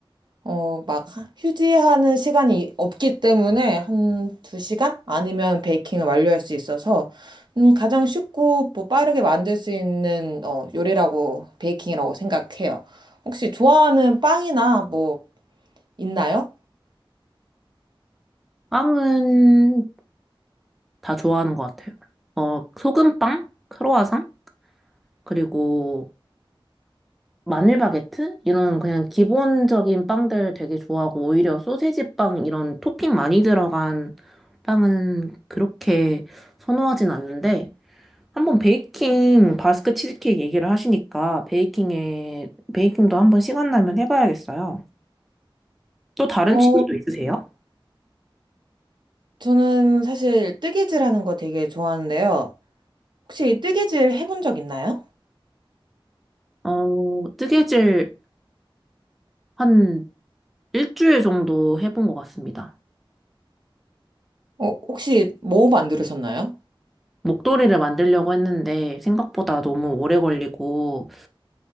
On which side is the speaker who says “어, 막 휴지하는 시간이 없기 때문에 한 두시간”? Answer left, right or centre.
Right